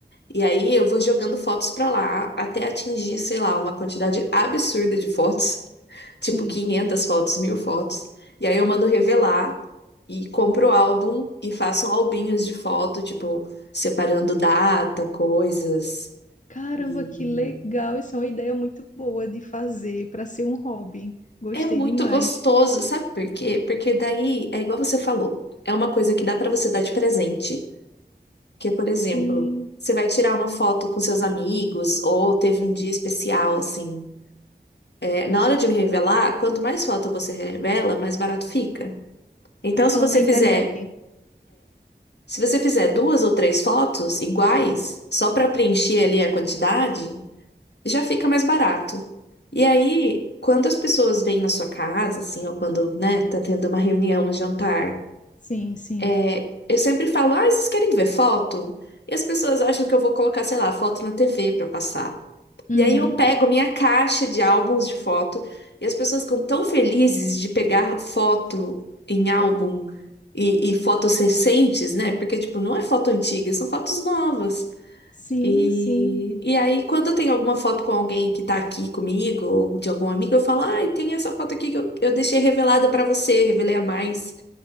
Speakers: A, on the left (about 75°); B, on the left (about 45°).
A: E aí eu vou jogando fotos para lá até atingir, sei lá, uma quantidade absurda de fotos, <laughs>
B: sim.
A: tipo 500 fotos, 1000 fotos. E aí eu mando revelar e compro o álbum e faço albinhos de foto, tipo, separando data, coisas
B: Caramba,
A: E
B: que legal! Isso é uma ideia muito boa de fazer para ser um hobby. Gostei
A: É muito
B: demais.
A: gostoso, sabe por quê? Porque daí é igual você falou, é uma coisa que dá pra você dar de presente. Que, por exemplo,
B: Sim,
A: você vai tirar uma foto com seus amigos ou teve um dia especial assim. É, na hora de revelar, quanto mais foto você revela, mais barato fica. Então,
B: tá falando
A: se você
B: na internet.
A: fizer, se você fizer duas ou três fotos iguais, só pra preencher ali a quantidade, já fica mais barato. E aí, quando as pessoas vêm na sua casa, assim, ou quando, né, tá tendo uma reunião, um jantar
B: Sim, sim.
A: É, eu sempre falo, ah, vocês querem ver foto? E as pessoas acham que eu vou colocar, sei lá, foto na TV pra passar.
B: Uhum.
A: E aí eu pego minha caixa de álbuns de foto e as pessoas ficam tão felizes de pegar foto em álbum e, e fotos recentes, né? Porque, tipo, não é foto antiga, são fotos novas.
B: Sim,
A: E,
B: sim.
A: e aí, quando eu tenho alguma foto com alguém que tá aqui comigo, ou de algum amigo, eu falo, ai, tem essa foto aqui que eu, eu deixei revelada pra você, revelei a mais.